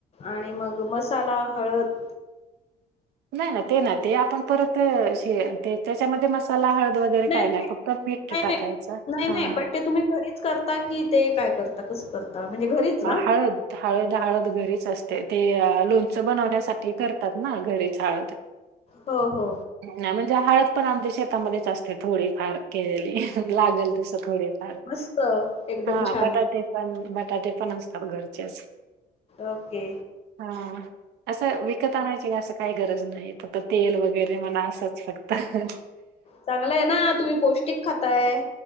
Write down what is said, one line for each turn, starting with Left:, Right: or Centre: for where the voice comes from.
Left: आणि मंग मसांला हळंद
Right: नाहीं नां ते नां ते आपणं परंत नाहीं ते त्यांच्यामध्ये मसांला हळंद वगैरें
Left: नाही
Right: कायं
Left: नाही
Right: नाहीं फक्तं मीठ
Left: नाही,
Right: टाकायचं
Left: नाही. नाही,
Right: हं
Left: नाही.
Right: हं
Left: पण ते तुम्ही घरीच करतां कि ते कायं करतां आंता कसं करतां म्हणजे घरीचं
Right: हळंद हळंद हळंद घरीचं असते ते लोणचं बनवण्यांसाठी करं त्यां नां घरीच हळंद
Left: हो. हो.
Right: नाहीं म्हणजे हळंद पणं आमच्या शेतांमध्येचं असते थोडी. फांर केलेली लागलं तसं थोडी फांर
Left: मस्त. एकदम
Right: हां
Left: छान.
Right: बटाटे पणं बटाटे पणं असतांत घरचेचं
Left: ओके
Right: हां असं विकतं आणांयची असं कांहीं गरंज नाहीं. असं तेल वगैरें म्हणां असंच फक्तं
Left: चांगलंय आहे नां तुम्हीं पौष्टिक खांताय.